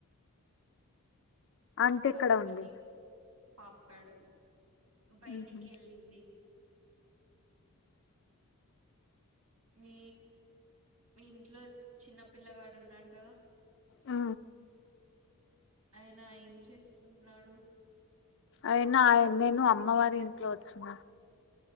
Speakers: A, on the left; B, on the right.
A: అంతిక్కడే
B: ఇంకా
A: వండిన
B: కొన్ని పాపడ్ బయటి
A: ఉహు
B: కెళ్ళింది మీ మి ఇంట్లో చిన్నపిల్లగాడు ఉన్నాడు కదా
A: ఆ
B: ఆయన ఏం చేస్తున్నాడు
A: అయినా ఆయన్ నేను అమ్మవారి ఇంట్లో వచ్చిన